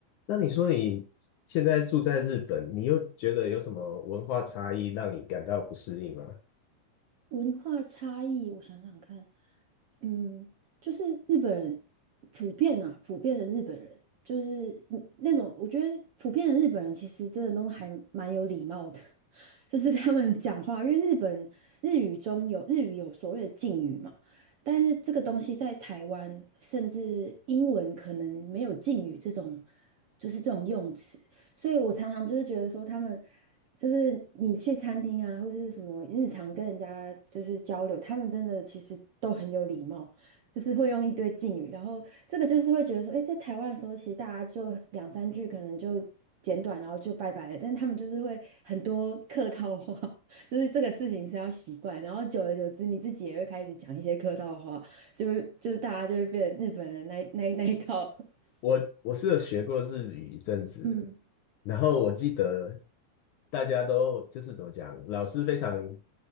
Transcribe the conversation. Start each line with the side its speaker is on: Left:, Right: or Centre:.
Left: 那你说你现在住在日本，你又觉得有什么文化差异让你感到不适应吗？
Right: 文化差异，我想想看，嗯，就是日本人普遍啊，普遍的日本人，就是嗯那种，我觉得普遍的日本人其实真的都还蛮有礼貌的，<laughs> 就是他们讲话，因为日本日语中有日语有所谓的敬语嘛，但是这个东西在台湾，甚至英文可能没有敬语这种，就是这种用词。所以我常常就是觉得说，他们就是你去餐厅啊，或是什么日常跟人家就是交流，他们真的其实都很有礼貌，就是会用一堆敬语。然后这个就是会觉得说，诶，在台湾的时候，其实大家就两三句可能就简短，然后就拜拜了。但他们就是会很多客套话，<laughs> 就是这个事情是要习惯。然后久而久之，你自己也会开始讲一些客套话，就是就是大家就会变成日本人那一那一那一套。<laughs>
Left: 我我是有学过日语一阵子，
Right: 嗯，
Left: 然后我记得大家都就是怎么讲，老师非常